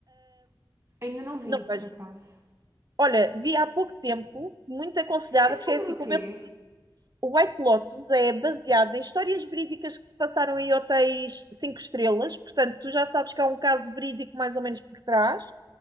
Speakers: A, on the right; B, on the right.
A: <laughs> Ainda não vi,
B: Não vejo.
A: por acaso.
B: Olha, vi há pouco tempo, muito aconselhada,
A: É sobre
B: porque é assim,
A: o
B: como
A: quê?
B: eu O White Lotus é baseado em histórias verídicas que se passaram em hotéis cinco estrelas, portanto, tu já sabes que há um caso verídico mais ou menos por trás,